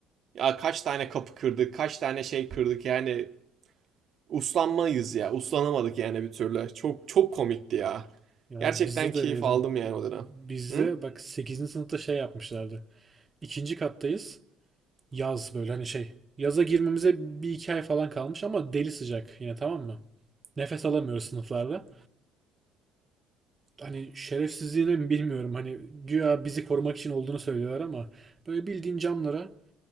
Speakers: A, on the right; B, on the right.
A: Ya kaç tane kapı kırdık, kaç tane şey kırdık yani uslanmayız ya. Uslanamadık yani bir türlü. Çok çok komikti ya.
B: Ya
A: Gerçekten
B: bizde
A: keyif
B: de öyleydi.
A: aldım yani o dönem.
B: Bizde
A: Hı?
B: bak sekizinci sınıfta şey yapmışlardı. İkinci kattayız. Yaz böyle hani şey. Yaza girmemize bir iki ay falan kalmış ama deli sıcak yine tamam mı? Nefes alamıyoruz sınıflarda. Hani şerefsizliğine mi bilmiyorum. Hani güya bizi korumak için olduğunu söylüyorlar ama böyle bildiğin camlara